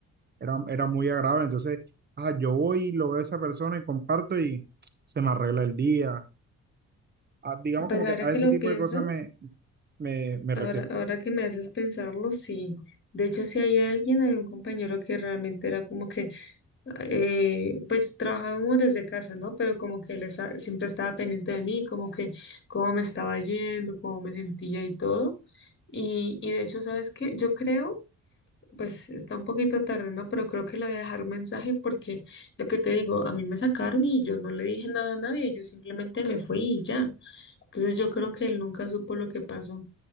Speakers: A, on the right; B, on the left.
A: era, era muy agradable, entonces, ah, yo voy, y lo veo a esa persona y comparto y se me arregla el día, a- digamos
B: pues
A: como que
B: ahora
A: a
B: que
A: ese
B: lo
A: tipo
B: piensas,
A: de cosas me, me, me
B: ahora,
A: refiero.
B: ahora que me haces pensarlo, sí. De hecho, si hay alguien, había un compañero que realmente era como que, eh, pues trabajábamos desde casa, ¿no? Pero como que él esa- siempre estaba pendiente de mí, como que cómo me estaba yendo, cómo me sentía y todo. Y, y de hecho, ¿sabes qué? Yo creo Pues está un poquito tarde, ¿no? Pero creo que le voy a dejar un mensaje porque lo que te digo, a mí me sacaron y yo no le dije nada a nadie, yo simplemente me fui y ya. Entonces yo creo que él nunca supo lo que pasó.